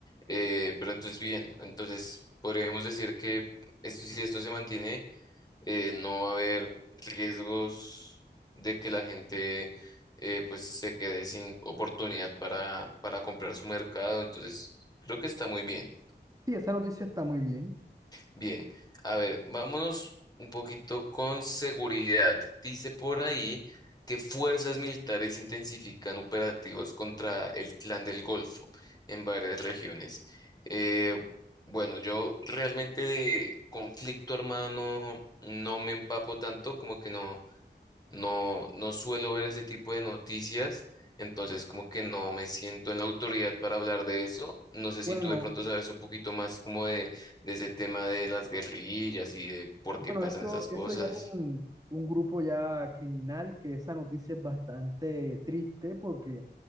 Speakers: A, on the left; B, on the right.
A: Eh, pero entonces, bien, entonces podríamos decir que esto, si esto se mantiene, eh, no va a haber riesgos de que la gente eh, pues se quede sin oportunidad para, para comprar su mercado. Entonces, creo que está muy bien.
B: sí, esa noticia está muy bien.
A: Bien, a ver, vámonos un poquito con seguridad. Dice por ahí que fuerzas militares intensifican operativos contra el Clan del Golfo en varias regiones. Eh, bueno, yo realmente de conflicto armado no, no me empapo tanto, como que no, no, no suelo ver ese tipo de noticias, entonces como que no me siento en la autoridad para hablar de eso. No sé
B: Bueno,
A: si tú de pronto sabes un poquito más como de, de ese tema de las guerrillas y de por
B: Bueno,
A: qué pasan
B: eso,
A: esas cosas.
B: eso ya es un, un grupo ya criminal, que esa noticia es bastante triste porque